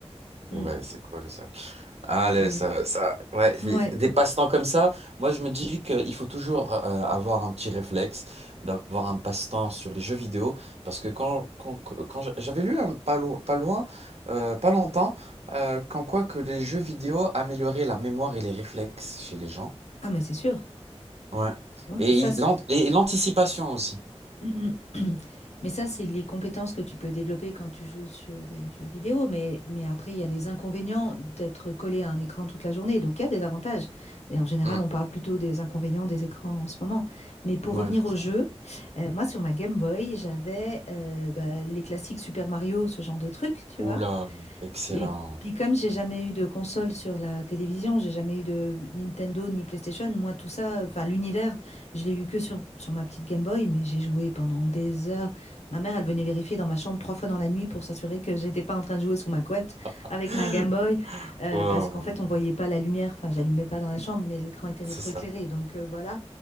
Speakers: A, on the left; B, on the right.
A: Mm.
B: ouais, c'est cool ça. Ah, le-
A: Et
B: ça, ça, ouais,
A: ouais,
B: des des passe-temps comme ça, moi je me dis qu'il faut toujours euh, avoir un petit réflexe, d'avoir un passe-temps sur les jeux vidéo, parce que quand, quand, quand j'a- j'avais lu un, pas, lo- pas loin, euh, pas longtemps, euh, qu'en quoi que les jeux vidéo amélioraient la mémoire et les réflexes chez les gens.
A: ah mais c'est sûr.
B: Ouais.
A: Ouais,
B: Et
A: ça,
B: il- l'ant- et l'anticipation aussi.
A: Mm, mm. <clears throat> Mais ça, c'est les compétences que tu peux développer quand tu joues sur des jeux vidéo. Mais, mais après, il y a les inconvénients d'être collé à un écran toute la journée. Donc, il y a des avantages. Mais en général,
B: Mm.
A: on parle plutôt des inconvénients des écrans en ce moment. Mais pour
B: Ouais,
A: revenir
B: c'est
A: au
B: ça.
A: jeu, euh, moi, sur ma Game Boy, j'avais euh, bah, les classiques Super Mario, ce genre de trucs, tu
B: Oula,
A: vois.
B: excellent.
A: Et puis
B: <gasps>
A: comme j'ai jamais eu de console sur la télévision, j'ai jamais eu de Nintendo ni PlayStation, moi tout ça, enfin l'univers, je l'ai eu que sur, sur ma petite Game Boy, mais j'ai joué pendant des heures. Ma mère, elle venait vérifier dans ma chambre trois fois dans la nuit pour s'assurer que j'étais pas en train de jouer sous ma couette
B: <laughs>
A: avec ma Game Boy, euh,
B: Wow,
A: parce qu'en fait on voyait pas la lumière, enfin j'allumais pas dans la chambre, mais l'écran était rétroéclairé,
B: c'est ça,
A: donc euh, voilà.